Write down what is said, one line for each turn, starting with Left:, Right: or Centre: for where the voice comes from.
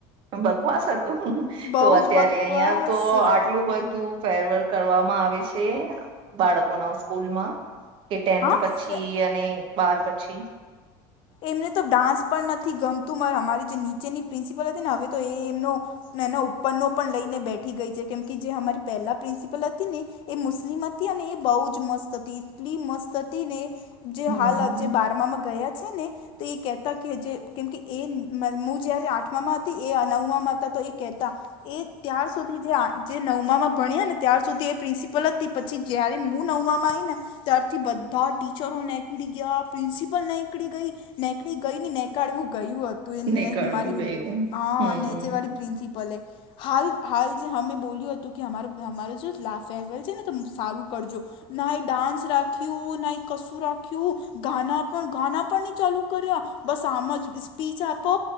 Right: બકવાસ હતું
Left: બહુ
Right: તો અત્યારે
Left: જ બકવાસ
Right: અહિયાં તો આટલું બધું ફેરવેલ કરવામાં આવે છે બાળકોના સ્કૂલમાં કે ટેન્થ
Left: હા
Right: પછી
Left: ફે
Right: અને બાર પછી
Left: એમને તો ડાન્સ પણ નથી ગમતું મારે અમારી જે નીચેની પ્રિન્સિપલ હતી ને હવે તો એ એમનો એના ઉપરનો પણ લઈને બેઠી ગઈ છે કેમ જે અમારી પહેલા પ્રિન્સિપલ હતી ને એ મુસ્લિમ હતી અને એ બહુ જ મસ્ત હતી એટલી મસ્ત હતી ને જે
Right: હમ
Left: હાલ જે બારમામાં ગયા છે ને તો એ કેહેતા કે જે કેમકે એ હ જયારે આઠમામાં હતી એ નવમામાં હતા તો એ કેહેતા એ ત્યાાર સુધી જે નવમામાં ભણ્યા ને ત્યાર સુધી એ પ્રિન્સિપલ પછી જયારે હું નવવામાં આવી ને ત્યારથી બધા ટીચરો નીકળી ગયા પ્રિન્સિપલ ની નીકળી ગઈ નેકડી ગઈ ને નનેકળવું ગયું હતું
Right: નીકળવું
Left: એ મારી
Right: ગયું
Left: હા
Right: હમ
Left: નેચર વાળી પ્રિન્સપ પલે હાલ હાલ જે અમે બોલ્યું હતું કે અમારો અમારો જો લા ફેરવેલ છે ને તો સારું કરજો ના એ ડાન્સ રાખ્યું ના એ કશું રાખ્યું ગાના પણ ગાના પણ નહી ચાલુ કરિયા બસ આમ સ્પીચ આપો